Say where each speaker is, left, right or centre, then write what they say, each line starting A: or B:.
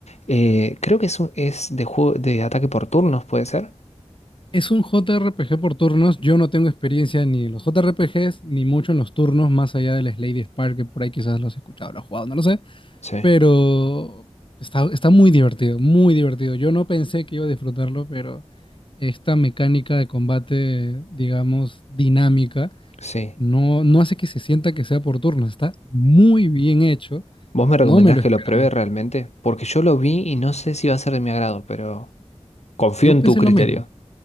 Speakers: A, on the left (about 70°); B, on the left (about 45°).
A: Eh, creo que es, un- es de juego de ataque por turnos, ¿puede ser?
B: Es un JRPG por turnos. Yo no tengo experiencia ni en los JRPGs, ni mucho en los turnos, más allá del Slade Spire, que por ahí quizás los he escuchado, los he jugado, no lo sé.
A: Sí,
B: Pero está, está muy divertido, muy divertido. Yo no pensé que iba a disfrutarlo, pero esta mecánica de combate, digamos, dinámica,
A: sí.
B: no, no hace que se sienta que sea por turnos. Está muy bien hecho.
A: ¿Vos me recomendás
B: No me lo
A: que
B: esperaba.
A: lo pruebe realmente? Porque yo lo vi y no sé si va a ser de mi agrado, pero... Confío
B: Yo
A: en
B: pensé
A: tu criterio,
B: lo mismo.